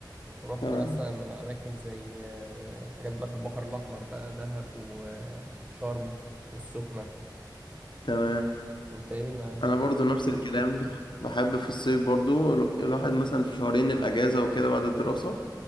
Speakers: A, on the right; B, on the left.
A: ورحت
B: تمام
A: مثلا اماكن زي آه، حاجات بقى في البحر الاحمر بقى دهب وشرم والسخنه
B: تمام
A: انت ايه مش
B: انا
A: ناوي
B: برضو نفس الكلام بحب في الصيف برضو ال- الواحد مثلا في شهرين الاجازه وكده بعد الدراسه